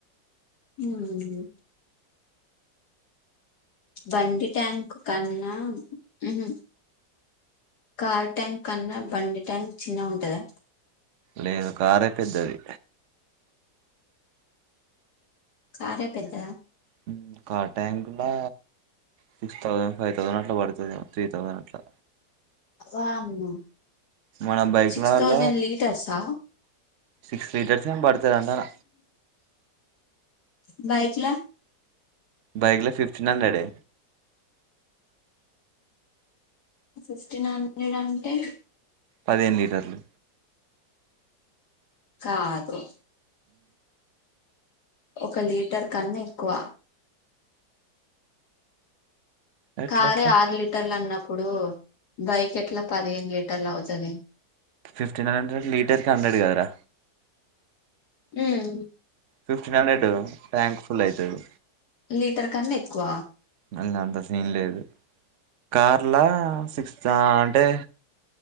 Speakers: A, on the left; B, on the right.
A: హూ బండి ట్యాంక్ కన్నా ఉహు కార్ ట్యాంక్ కన్నా బండి ట్యాంక్ చిన్నగ ఉంటదా
B: లేదు కారే పెద్దది
A: కారే పెద్దద
B: హు కార్ ట్యాంక్ లా సిక్స్ థౌసండ్ ఫైవ్ థౌసండ్ అట్ల పడుతది ఏమో త్రీ థౌసండ్ అట్లా
A: వామ్మో
B: మన బైక్లల
A: సిక్స్ థౌజండ్ లీటర్సా
B: సిక్స్ లీటర్స్ ఏం పడుతది అంటన్న
A: బైక్ లా
B: బైక్ ల ఫిఫ్టీన్ హండ్రెడే
A: ఫిఫ్టీన్ హండ్రెడ్ అంటే
B: పదిహేను లీటర్లు
A: కాదు ఒక లీటర్ కన్న ఎక్కువ
B: ఎట్ల
A: కారే
B: ఎట్లా
A: ఆరు లీటర్లు అన్నప్ ఆప్పుడు బైక్ ఎట్లా పదిహేను లీటర్లు అవతది
B: ఫిఫ్టీన్ హండ్రెడ్ లీటర్ కి హండ్రెడ్ కదరా
A: హు
B: ఫిఫ్టీన్ హండ్రెడ్ ట్యాంక్ పుల్ అయితది
A: లీటర్ కన్న ఎక్కువ
B: మళ్ళ అంత సీన్ లేదు కార్ల సిక్స్ అంటే